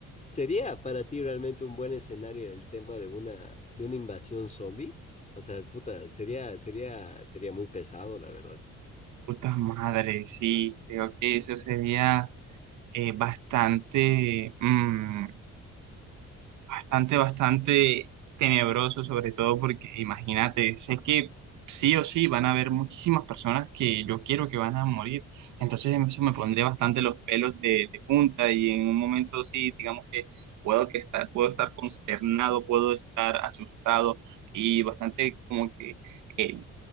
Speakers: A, on the left; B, on the right.
A: sería para ti realmente un buen escenario el tema de una, de una invasión zombie? O sea, puta, sería, sería, sería muy pesado, la verdad.
B: Puta madre, sí, creo que eso sería eh, bastante, mm, bastante, bastante tenebroso, sobre todo porque imagínate, sé que sí o sí van a haber muchísimas personas que yo quiero que van a morir, entonces eso me pondría bastante los pelos de, de punta y en un momento sí, digamos que puedo que estar, puedo estar consternado, puedo estar asustado y bastante como que eh,